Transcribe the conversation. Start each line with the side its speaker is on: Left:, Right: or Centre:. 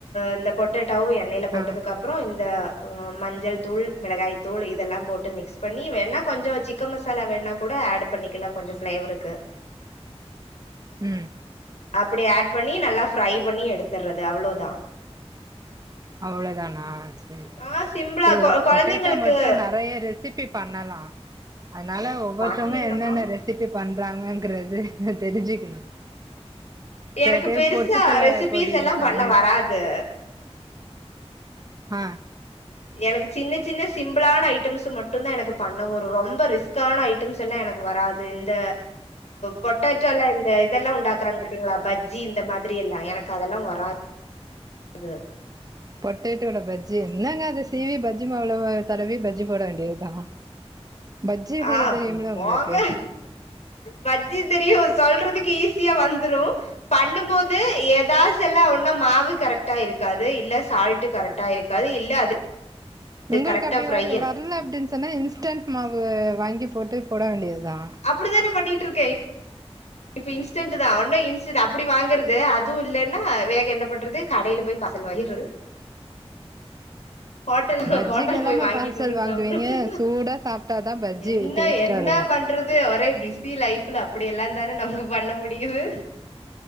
Left: இந்த பொட்டேட்டாவு எண்ணெய்ல போட்டதுக்கு
Right: ஆ
Left: அப் அப்றோ இந்த மஞ்சள் தூள் மிளகாய் தூள் இதெல்லா போட்டு மிக்ஸ் பண்ணி வேணா கொஞ்ச சி க்கன் மசாலா வேணா கூட ஆட் பண்ணிக்கலா கொஞ்ச ஃப்ளேவருக்கு
Right: உ
Left: அப்டி ஆட் பண்ணி நல்லா ஃப்ரை பண்ணி எடுத்துடுறது அவ்ளோ தா
Right: அவ்ளோதானா செரி செரி
Left: ஆ சிம்பிளா கொ கொழந்தைங்களுக்கு
Right: பொட்டேட்டோ மட்டு நெறைய ரெசிபி பண்ணலா அதுனால ஒவ்வொருத்தவங்க
Left: பண்ணலா
Right: என்னென்ன ரெஸ் ரெசிப்பி பண்றாங்கங்கறது தெரிஞ்சுக்கணு
Left: எனக்கு
Right: சில பேர்
Left: பெருசா
Right: பொட்டுக்கல்ல
Left: ரெசிபிஸ்
Right: பொடி
Left: எல்லா
Right: பண்ணி
Left: பண்ண வராது
Right: ஆ
Left: எனக்கு சின்ன சின்ன சிம்பிளான ஐட்டம்ஸ் மட்டு தா எனக்கு பண்ண வரு ரொம்ப ரிஸ்க் க்கான ஐட்டம்ஸ் எல்லா எனக்கு வராது இந்த பொட்டாட்டோ ல்லா இந்த இதெல்லா உண்டாக்குறாங்க பத்திங்களா பஜ்ஜி இந்த மாதி ரியல்ல எனக்கு அதெல்லா வராது
Right: பொட்டேட்டோல பஜ்ஜி என்னங்க அத சீவி பஜ்ஜி மவுல தடவி பஜ்ஜி போட வேண்டியதுதா பஜ்ஜி செய்ய
Left: ஆ
Right: தெரியும்ல
Left: போங்க
Right: உங்களுக்கு
Left: பஜ்ஜி தெரியு சொல்றதுக்கு இ சியா வந்துரு பண்ணு போது ஏதாசுல்ல ஒன்னு மாவு கரெக்டா இருக்காது இல்ல சால்ட் கரெக்டா இருக் அது இல்ல அது
Right: உங்களுக்கு
Left: கரெக்டா
Right: அப்டி
Left: ஃப்ரை
Right: வரல அப்டின்னு சொன்னா இன்ஸ்டன்ட் மாவு வாங்கி போட்டு போட வேண்டியதுதா
Left: அப்டித்தானே பண்ணிட்டு இருக்கே இப்ப இன்ஸ்டன்ட் தா ஒன்னு இன்ஸ்டன்ட் அப்டி வாங்கறது அதுவு இல்லன்னா வேக என்ன பண்றது கடையில போய் பார்சல் வாங்கிறது ஹோட்டல்
Right: பஜ்ஜிக்கு
Left: ஹோட்டல்
Right: எல்லாமே
Left: போய் வாங்கிட்டு
Right: பார்சல்
Left: வந்து
Right: வாங்குவீங்க
Left: சாப்டு
Right: சூடா சாப்ட்டாதா பஜ்ஜி
Left: என்ன
Right: டேஸ்ட்டா
Left: என்ன
Right: இருக்கு
Left: பண்றது ஒரே பிஸி லைஃப்ல அப்படி எல்லா தானே நமக்கு பண்ண முடியுது